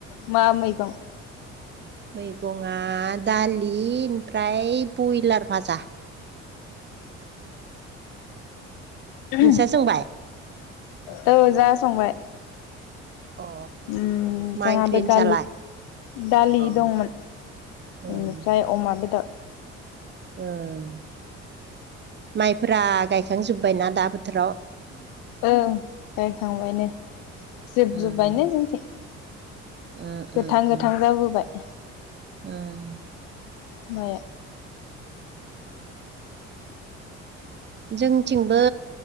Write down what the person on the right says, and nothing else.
मैगंआ दालि ओमफ्राय बयलार भाजा।
नोंस्रा संबाय
अ
मा
ओंख्रि नोंसालाय
अ
उम
ओं माइफ्रा गायखांजोब्बायना दा बोथोराव।
उम
उम
उम
उम
उम।
जोंथिंबो